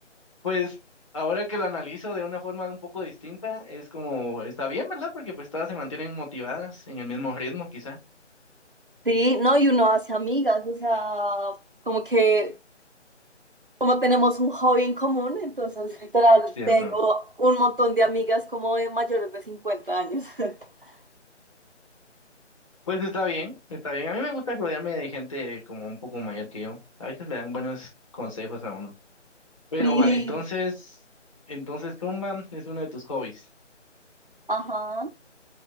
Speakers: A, on the left (about 25°); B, on the right (about 45°).
A: Pues ahora que lo analizo de una forma un poco distinta, es como, está bien, ¿verdad? Porque pues todas se mantienen motivadas en el mismo ritmo, quizá.
B: Sí, no, y uno hace amigas, o sea, como que, como tenemos un hobby en común, entonces literal
A: Cierto.
B: tengo un montón de amigas como de mayores de cincuenta años. <laughs>
A: Pues está bien, está bien. A mí me gusta rodearme de gente como un poco mayor que yo. A veces le dan buenos consejos a uno. Pero
B: Sí,
A: vale, entonces, entonces Zumba es uno de tus hobbies.
B: ajá.